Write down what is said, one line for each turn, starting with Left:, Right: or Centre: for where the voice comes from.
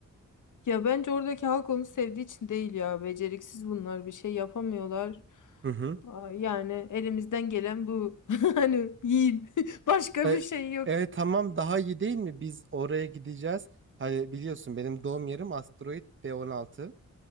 Left: Ya bence oradaki halk onu sevdiği için değil ya. Beceriksiz bunlar bir şey yapamıyorlar.
Right: Hı hı.
Left: Aa, Yani elimizden gelen bu. <laughs> Hani yiyin. <laughs> Başka
Right: E,
Left: bir şey yok.
Right: e, tamam daha iyi değil mi? Biz oraya gideceğiz. Hani biliyorsun benim doğum yerim asteroid B16.